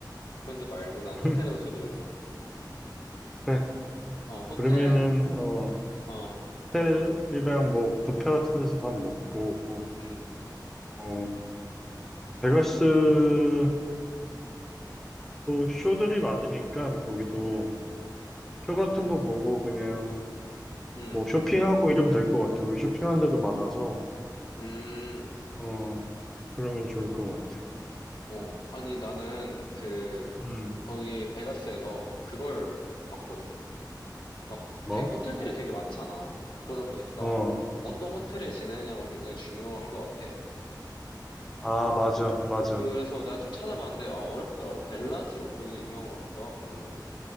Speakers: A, on the left (about 80°); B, in the centre.
A: 그런데 말고 난 호텔에서
B: <laughs>
A: 좀 놀자.
B: 그래.
A: 어, 호텔,
B: 그러면은, 어,
A: 어,
B: 호텔이랑 뭐, 뷔페 같은 데서 밥 먹고,
A: 음,
B: 어, 베가스에도 쇼들이 많으니까, 거기도
A: 음,
B: 쇼 같은 거 보고 그냥
A: 음,
B: 뭐 쇼핑하고 이러면 될 것 같아. 거기 쇼핑한 데도 많아서,
A: 음,
B: 어, 그러면 좋을 것 같아.
A: 어. 아니, 나는 그,
B: 음,
A: 거기 베가스에서 그걸 봤거든? 막
B: 뭐?
A: 되게 호텔들이 되게 많잖아. 그러다 보니까
B: 어,
A: 어떤 호텔에 지내느냐가 굉장히 중요한 것 같아.
B: 아, 맞아, 맞아.
A: 그래서 내가 좀 찾아봤는데, 아, 어렵더라고. 벨라지오? 거기도 유명한 것 같기도 하고.